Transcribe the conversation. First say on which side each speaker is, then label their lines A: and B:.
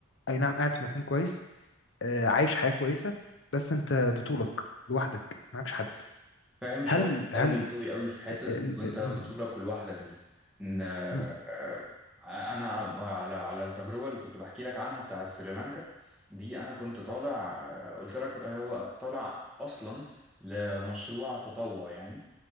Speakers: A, on the left; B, in the centre.
A: اي نعم قاعد في مكان كويس آه، عايش حياة كويسة بس انت بطولك لوحدك معكش حد
B: فاهم شعورك
A: هل هل
B: قوي قوي قوي في حتة
A: آه، آه، ال-
B: وانت
A: آه،
B: بطولك
A: م-
B: ولوحدك دي ان آه،
A: م-
B: انا على على التجربة اللي كنت بحكي لك عنها بتاعت سريلانكا دي انا كنت طالع آه، قلت لك هو طالع اصلا لمشروع تطوع يعني